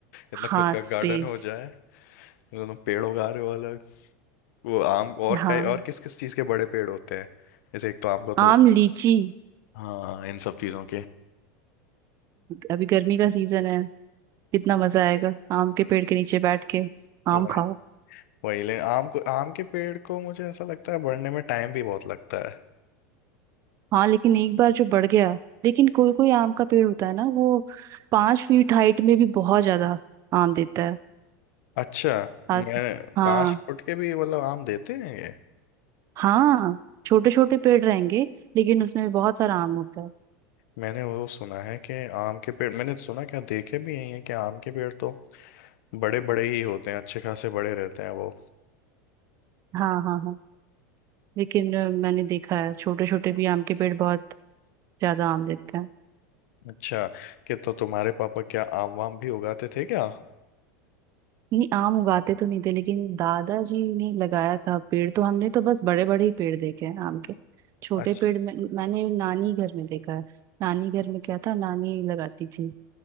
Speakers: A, on the left (about 70°); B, on the right (about 35°).
A: इतना
B: हाँ
A: खुद का
B: स्पेस
A: गार्डन हो जाए मतलब तुम पेड़ उगा रहे हो अलग वो आम और
B: हाँ
A: क्या और किस किस चीज के बड़े पेड़ होते हैं जैसे एक तो आम का तो
B: आम
A: होते हैं
B: लीची
A: हाँ इन सब चीजों
B: अभी गर्मी का सीजन है कितना मजा आएगा आम के पेड़ के नीचे बैठ के आम
A: के
B: खाओ
A: वही ले आम को आम के पेड़ को मुझे ऐसा लगता है बढ़ने में टाइम भी बहुत लगता है
B: हाँ लेकिन एक बार जो बढ़ गया लेकिन कोई कोई आम का पेड़ होता है ना वो पांच फीट हाइट में भी बहुत ज्यादा आम देता है
A: अच्छा
B: आज
A: मैं
B: हाँ
A: पांच फुट के भी मतलब आम देते हैं ये
B: हाँ छोटे छोटे पेड़ रहेंगे लेकिन उसमें भी बहुत सारा आम होता है
A: मैंने वो सुना है कि आम के पेड़ मैंने सुना क्या देखे भी यही है कि आम के पेड़ तो बड़े बड़े ही होते हैं अच्छे खासे बड़े रहते हैं वो
B: हाँ हाँ हाँ लेकिन अ, मैंने देखा है छोटे छोटे भी आम के पेड़ बहुत ज्यादा आम देते हैं
A: अच्छा कि तो तुम्हारे पापा क्या आम वाम भी उगाते थे क्या
B: नहीं आम उगाते तो नहीं थे लेकिन दादाजी ने लगाया था पेड़ तो हमने तो बस बड़े बड़े ही पेड़ देखे हैं आम के छोटे
A: अच्छा
B: पेड़ में मैंने नानी घर में देखा है नानी घर में क्या था नानी लगाती थी